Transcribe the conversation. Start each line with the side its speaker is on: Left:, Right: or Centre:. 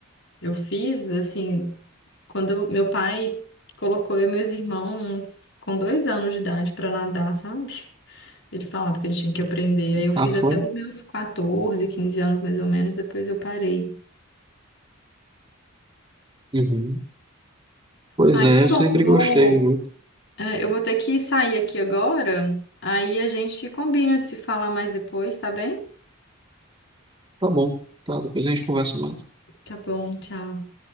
Left: eu fiz, assim, quando eu- meu pai colocou eu e meus irmãos com dois anos de idade para nadar, sabe? Ele falava porque eles tinham que aprender. Aí eu fiz
Right: Ah, foi?
Left: até os meus 14 15 anos, mais ou menos, depois eu parei.
Right: Uhum. Pois
Left: Ai,
Right: é,
Left: tá
Right: eu
Left: bom,
Right: sempre
Left: eu vou,
Right: gostei muito.
Left: é, eu vou ter que sair aqui agora. Aí a gente combina de se falar mais depois, tá bem?
Right: Tá bom, tá. Depois a gente conversa mais.
Left: Tá bom, tchau.